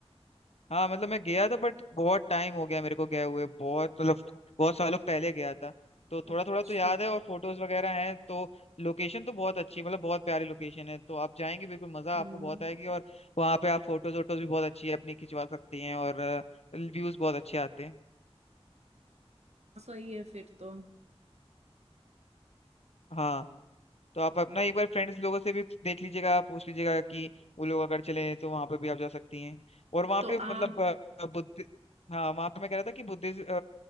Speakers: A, on the left (about 70°); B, on the right (about 80°).
A: हाँ मतलब मैं गया था बट बहुत टाइम हो गया मेरे को गए हुए बहुत मतलब बहुत सालों पहले गया था तो
B: अच्छा
A: थोड़ा थोड़ा तो याद है और फोटोज वगैरह हैं तो लोकेशन तो बहुत अच्छी मतलब बहुत प्यारी लोकेशन है तो आप जाएंगे बिल्कुल मजा
B: हम्म
A: आपको बहुत आएगी और वहाँ पे आप फोटोज वोटोज भी बहुत अच्छी अपनी खिंचवा सकती हैं और व्यूज बहुत अच्छे आते हैं
B: सही है फिर तो
A: हाँ तो आप अपना एक बार फ्रेंड्स लोगों से भी देख लीजिएगा पूछ लीजिएगा कि वो लोग अगर चले तो वहां पे भी आप जा सकती हैं और वहां
B: तो
A: पे मतलब
B: आप
A: अ, बुद्ध हाँ वहां पे मैं कह रहा था कि बुद्धिज्म